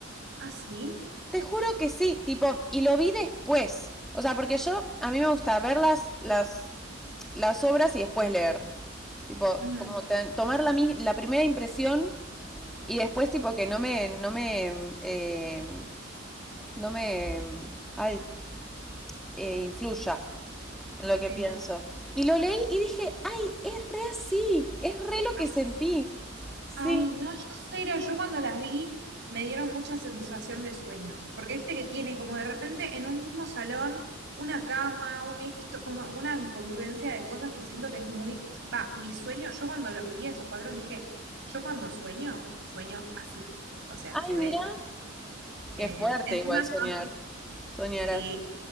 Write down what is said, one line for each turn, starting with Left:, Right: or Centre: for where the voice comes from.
Right: ¿Ah, sí?
Centre: Te juro que sí, tipo, y lo vi después. O sea, porque yo, a mí me gusta ver las, las, las obras y después leer. Tipo,
Right: Ujú,
Centre: como te- tomar la, mi- la primera impresión y después, tipo, que no me, no me, eh, no me, ay, eh, influya en lo que
Right: sí.
Centre: pienso. Y lo leí y dije, ay, es re así, es re lo
Right: As-
Centre: que sentí. Sí,
Right: Ay, no, yo cero. Yo cuando las vi me dieron mucha sensación de sueños, porque viste que tiene como de repente en un mismo salón una cama, un esto, como una incongruencia de cosas que siento que es muy... Va, mi sueño, yo cuando los vi esos cuadros dije, yo cuando sueño, sueño así. O sea,
Centre: ay,
Right: se
Centre: mira,
Right: ve... eh,
Centre: qué fuerte
Right: encima
Centre: igual soñar,
Right: son...
Centre: soñar
Right: Sí.
Centre: así.